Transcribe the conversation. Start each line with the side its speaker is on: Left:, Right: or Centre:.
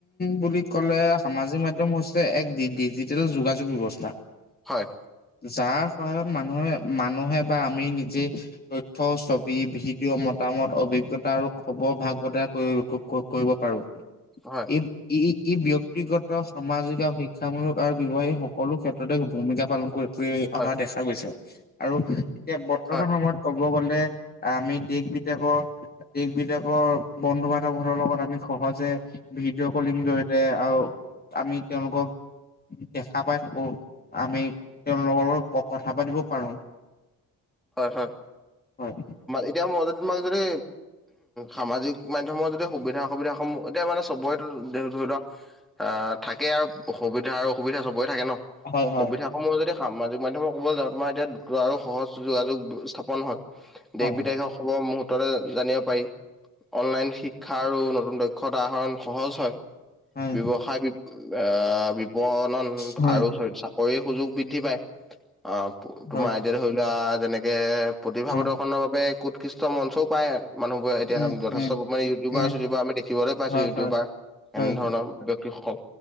Left: বুলি কলে সামাজিক মাধ্যম হৈছে এক ডি-ডিজিটেল যোগাযোগ ব্যৱস্থা।
Centre: হয়।
Left: যাৰ সহায়ত মানুহে-মানুহে বা আমি নিজেই, তথ্য ছবি ভিডিঅ' মতামত অভি গটা আৰু খবৰ ভাগ বতৰা কৰিব পাৰো।
Centre: হয়
Left: এই ই-ই ব্যক্তিগত সামাজিক আৰু শিক্ষামূলক আৰু ব্যৱসায় সকলো ক্ষেত্ৰতে ভূমিকা পালন কৰিব।
Centre: হয়
Left: অহা দেখা গৈছে আৰু এতিয়া বৰ্তমান
Centre: হয়
Left: সময়ত ক'ব গ'লে আমি দেশ-বিদেশত, দেশ বিদেশৰ বন্ধু-বান্ধৱৰ লগত আমি সহজে ভিডিঅ' কলিং জৰিয়তে আৰু আমি তেওঁলোকক দেখা পাই থাকো। আমি তেওঁলোকৰ লগত কথা পাতিব পাৰো।
Centre: হয়-হয়
Left: হয়।
Centre: এতিয়া মই যদি তোমাক যদি সামাজিক মাধ্যমৰ যদি সুবিধা অসুবিধাসমূহ এতিয়া মানে চবৰে ধৰি লোৱা, অ, থাকে আৰু সুবিধা আৰু অসুবিধা চবৰে থাকে ন।
Left: হয় হয়
Centre: সুবিধা সমূহ যদি সামাজিক মাধ্যমত ক'বলে যাওঁ তোমাৰ এতিয়া দ্ৰুত আৰু সহজ যোগাযোগ স্থাপন হয়।
Left: হয়
Centre: দেশ বিদেশৰ
Left: হয়
Centre: খব মুহূৰ্ততে জানিব পাৰি। অনলাইন শিক্ষা আৰু নতুন দক্ষ খদা আহৰণ সহজ হয়,
Left: হয়
Centre: ব্যৱসায় অ, পন্ন
Left: হয়
Centre: আৰু চাকৰিৰ সুযোগ বৃদ্ধি পাই। আহ, তোমাৰ
Left: হয়
Centre: এতিয়া ধৰি এ যেনেকে প্ৰতিভা
Left: হয়
Centre: প্ৰদৰ্শনৰ বাবে কুৎকৃষ্ট মঞ্চও পায়। মানুহবোৰ এয়া
Left: অ উম
Centre: যথেষ্ট
Left: উম
Centre: মানে ইউটিবাৰ
Left: উম
Centre: চিউটিউাৰ আমি দেখিবলে পাইছো
Left: হয়
Centre: ইউটিউবাৰ।
Left: হয় হয়
Centre: এনেধৰণৰ ব্যক্তিসকল